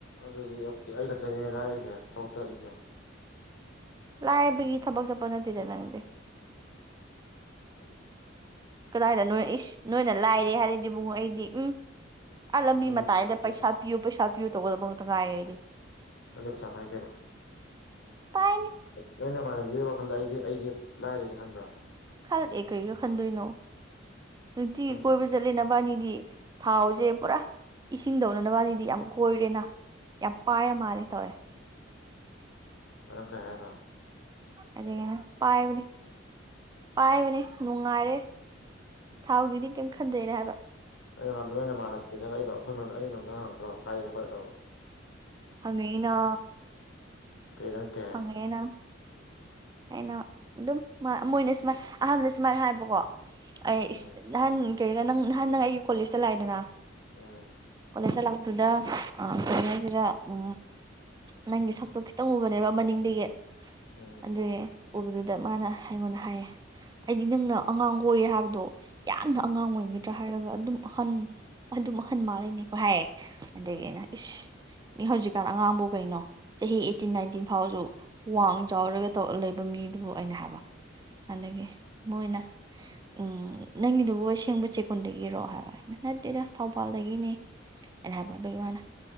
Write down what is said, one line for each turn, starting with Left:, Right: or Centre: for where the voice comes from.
Left: ꯑꯗꯨꯗꯤ ꯑꯩ ꯈꯛꯇꯅꯤꯅꯦ ꯂꯥꯏꯔꯔꯤꯁꯦ ꯊꯕꯛ ꯆꯠꯂꯤꯁꯦ
Right: ꯂꯥꯏꯔꯕꯒꯤ ꯊꯕꯛ ꯆꯠꯄ ꯅꯠꯇꯦꯗ ꯅꯪꯗꯤ
Left: <unintelligible>
Right: ꯀꯗꯥꯏꯗꯅꯣ ꯅꯣꯏ ꯏꯁ ꯅꯣꯏꯅ ꯂꯥꯏꯔꯩ ꯍꯥꯏꯔꯗꯤ ꯏꯕꯨꯡꯉꯣ ꯑꯩꯗꯤ ꯑꯝ ꯑꯥ ꯂꯝꯕꯤ
Left: ꯅꯪꯗꯤ
Right: ꯃꯇꯥꯏꯗ
Left: ꯄꯥꯏ
Right: ꯄꯩꯁꯥ
Left: ꯀꯩꯅꯣ
Right: ꯄꯤꯌꯨ ꯄꯩꯁꯥ ꯄꯤꯌꯨ ꯇꯧꯒꯗꯕꯉꯛꯇ ꯉꯥꯏꯔꯦ ꯑꯩꯗꯤ
Left: ꯅꯪꯗꯤ ꯄꯩꯁꯥꯄꯥꯏ ꯀꯩꯅꯣ
Right: ꯄꯥꯏꯅꯤ
Left: ꯅꯣꯏ ꯅꯃꯥꯟꯅꯕꯤ <unintelligible> ꯋꯥꯈꯜꯗ ꯑꯩꯁꯦ ꯑꯩꯁꯦ ꯂꯥꯏꯔꯩꯅ ꯈꯟꯕ꯭ꯔꯥ
Right: ꯈꯟꯗꯦ ꯀꯔꯤꯒꯤ ꯈꯟꯗꯣꯏꯅꯣ ꯅꯨꯡꯇꯤꯒꯤ
Left: ꯁꯨꯝ
Right: ꯀꯣꯏꯕ ꯆꯠꯂꯤꯅ ꯅꯕꯅꯤꯗꯤ ꯊꯥꯎꯁꯦ ꯄꯨꯔꯥ ꯏꯁꯤꯡ ꯗꯧꯅ ꯅꯕꯅꯤꯗꯤ ꯌꯥꯝ ꯀꯣꯏꯔꯦꯅ ꯌꯥꯝ ꯄꯥꯏꯔ ꯃꯥꯜꯂꯦ ꯇꯧꯔꯦ
Left: <unintelligible> ꯀꯩ ꯍꯥꯏꯕ
Right: ꯑꯗꯨꯒꯤꯅꯤ ꯄꯥꯏꯕꯅꯦ ꯄꯥꯏꯕꯅꯦ ꯅꯨꯡꯉꯥꯏꯔꯦ ꯊꯥꯎꯒꯤꯗꯤ ꯀꯦꯝ ꯈꯟꯗꯦꯅ ꯍꯥꯏꯕ
Left: ꯑꯩꯅ ꯅꯣꯏ ꯅꯃꯥꯟꯅꯕꯤꯗ ꯑꯩꯈꯣꯏ ꯑꯩꯒꯤ ꯃꯔꯝꯗ ꯍꯪꯉꯛꯇ꯭ꯔꯣ ꯀꯥꯏꯗꯩꯩꯅꯣ ꯈꯣꯠꯇꯩꯅꯣ
Right: ꯍꯪꯉꯛꯏꯅ
Left: ꯀꯩꯗ ꯀꯩ ꯍꯥꯏ
Right: ꯍꯪꯉꯛꯏꯅ ꯑꯩꯅ ꯑꯗꯨꯝ ꯃꯣꯏꯅ ꯁꯨꯃꯥꯏꯅ ꯑꯍꯥꯟꯕꯗ ꯁꯨꯃꯥꯏꯅ ꯍꯥꯏꯕꯀꯣ ꯑꯩ
Left: ꯎꯝ
Right: ꯅꯥꯍꯟ ꯀꯩꯩꯔꯥ ꯅꯪ ꯅꯍꯟ ꯅꯪ ꯑꯩꯒꯤ ꯀꯣꯂꯦꯖꯇ ꯂꯥꯛꯏꯗꯅ
Left: ꯎꯝ
Right: ꯀꯣꯂꯦꯖꯇ ꯂꯥꯛ ꯑꯗꯨꯗ ꯀꯩꯅꯣ ꯍꯥꯏꯁꯤꯗ ꯎ ꯅꯪꯒꯤ ꯁꯛꯇꯣ ꯈꯤꯇꯪ ꯎꯕꯅꯦꯕ ꯝꯕ ꯅꯤꯡꯗꯒꯦ
Left: ꯎꯝ
Right: ꯑꯗꯨꯗꯦ ꯎꯕꯗꯨꯗ ꯃꯥꯅ ꯑꯩꯉꯣꯟꯗ ꯍꯥꯏꯌꯦ ꯑꯩꯗꯤ ꯅꯪꯅ ꯑꯉꯥꯡ ꯑꯣꯏꯌꯦ ꯍꯥꯏꯕꯗꯣ ꯌꯥꯝꯅ ꯑꯉꯥꯡ ꯑꯣꯏꯒꯗ꯭ꯔꯥ ꯍꯥꯏꯔꯒ ꯑꯗꯨꯝ ꯑꯍꯟ ꯑꯗꯨꯝ ꯑꯍꯟ ꯃꯥꯜꯂꯤꯅꯤꯀꯣ ꯍꯥꯏꯌꯦ ꯅꯒꯦꯅ
Left: ꯎꯝ
Right: ꯏ ꯃꯤ ꯍꯧꯖꯤꯛꯀꯥꯟ ꯑꯉꯥꯡꯕꯨ ꯀꯩꯅꯣ ꯆꯍꯤ ꯑꯩꯇꯤꯟ ꯅꯥꯏꯟꯇꯤꯟ ꯐꯥꯎꯁꯨ ꯋꯥꯡ ꯆꯥꯎꯔꯒꯧ ꯂꯩꯕ ꯃꯤꯗꯨꯕꯨ ꯑꯩꯅ ꯍꯥꯏꯕ ꯑꯗꯒꯤ
Left: ꯎꯝ
Right: ꯃꯣꯏꯅ ꯎꯝ ꯅꯪꯒꯤꯗꯨꯕꯨ ꯑꯁꯦꯡꯕ ꯆꯦꯛꯀꯨꯟꯗꯒꯤꯔꯣ ꯍꯥꯏꯕ ꯍꯥꯏ ꯅꯠꯇꯦꯗ ꯊꯧꯕꯥꯜꯗꯒꯤꯅꯤ ꯑꯩꯅ ꯍꯥꯏꯕ ꯑꯗꯨꯒꯤ ꯃꯥꯅ